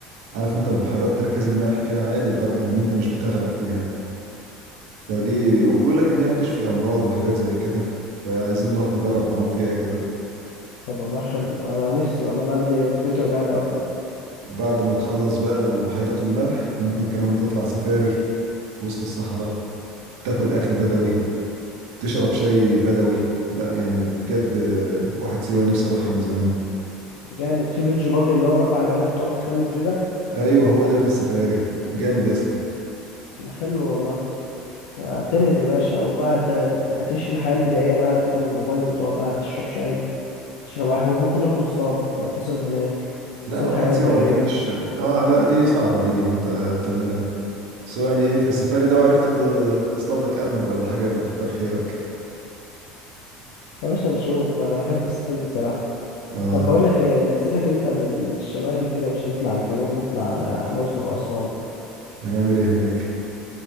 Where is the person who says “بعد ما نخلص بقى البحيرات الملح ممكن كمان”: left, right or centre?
Right